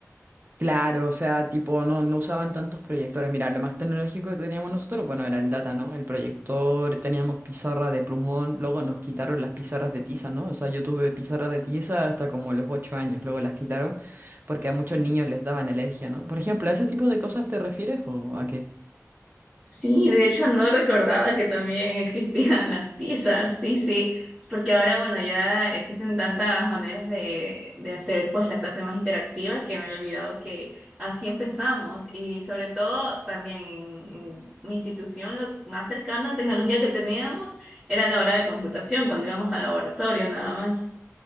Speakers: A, on the right; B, on the right.
A: Claro, o sea, tipo, no, no usaban tantos proyectores. Mira, lo más tecnológico que teníamos nosotros, bueno, era el data, ¿no? El proyector, teníamos pizarra de plumón, luego nos quitaron las pizarras de tiza, ¿no? O sea, yo tuve pizarra de tiza hasta como los ocho años, luego las quitaron porque a muchos niños les daban alergia, ¿no? Por ejemplo, ¿a ese tipo de cosas te refieres o a qué?
B: Sí, de hecho no recordaba que también existían las tizas, sí, sí, porque ahora, bueno, ya existen tantas maneras de, de hacer pues la clase más interactiva que me había olvidado que así empezamos y sobre todo también en, en mi institución lo más cercano a tecnología que teníamos era la hora de computación, cuando íbamos al laboratorio nada más.